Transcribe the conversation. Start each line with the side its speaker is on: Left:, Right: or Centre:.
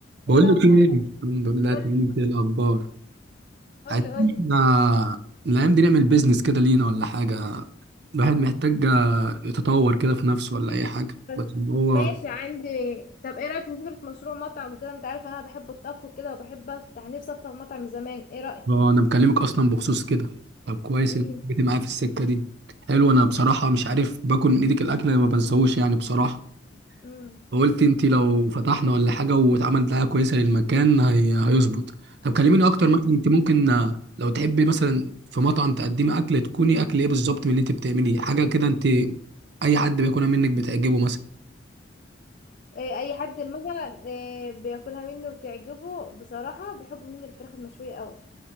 Right: بقول
Left: ايه الاخبار
Right: لك ايه الحمد لله
Left: قولي
Right: تمام انت ايه الاخبار
Left: قولي
Right: عايزين
Left: قولي
Right: احنا الايام دي نعمل بيزنس كده لينا ولا حاجه الواحد محتاج يتطور كده في نفسه ولا اي حاجه
Left: بس
Right: بس إن هو
Left: ماشي عندي طب ايه رأيك في فكرة مشروع مطعم وكده انت عارف انا بحب الطبخ وكده وبحب افتح نفسي افتح مطعم من زمان ايه رأيك
Right: اه انا مكلمك اصلا بخصوص كده طب كويس
Left: امم
Right: انك جيت معايا في السكه دي حلو انا بصراحه مش عارف باكل من ايدك الاكل ما بنساهوش يعني بصراحه
Left: امم
Right: فقلت انت لو فتحنا ولا حاجه واتعملت دعايه كويسه للمكان هي... هيظبط طب كلميني اكتر مثلا انت ممكن آه، لو تحبي مثلا في مطعم تقدمي اكل تكوني اكل ايه بالظبط من اللي انت بتعمليه حاجه كده انت اي حد بياكلها منك بتعجبه مثلا
Left: إيه اي حد مثلا إيه بياكلها مني وتعجبه بصراحة بيحب مني الفراخ المشوية قوي